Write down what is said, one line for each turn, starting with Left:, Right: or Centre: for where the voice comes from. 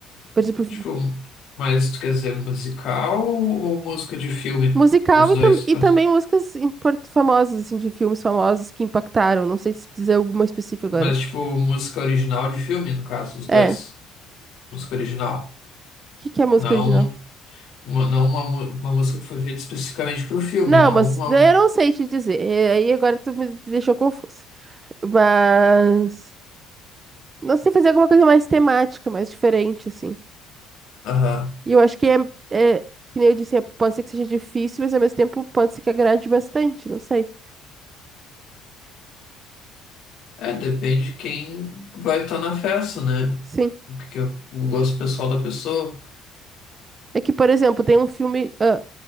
Right: Por exemplo,
Left: Acho que o... Mas tu quer dizer musical ou música de filme?
Right: Musical
Left: Os
Right: e,
Left: dois,
Right: tam
Left: no
Right: e
Left: caso.
Right: também músicas import- famosas, assim, de filmes famosos que impactaram. Não sei se dizer alguma específica agora.
Left: Mas, tipo, música original de filme, no caso, os
Right: É.
Left: dois.
Right: O
Left: Música original.
Right: que, que é música
Left: Não
Right: original?
Left: uma, não uma, mu- uma música que foi feita especificamente pro filme,
Right: Não,
Left: não
Right: mas
Left: uma.
Right: eu não sei te dizer. É, Aí agora tu me deixou confusa. Mas. Não sei fazer alguma coisa mais temática, mais diferente, assim.
Left: Aham.
Right: E eu acho que é, é, que nem eu disse, é- pode ser que seja difícil, mas ao mesmo tempo pode ser que agrade bastante, não sei.
Left: É, depende de quem vai estar na festa, né?
Right: Sim.
Left: O que que é o gosto pessoal da pessoa.
Right: É que, por exemplo, tem um filme. ah,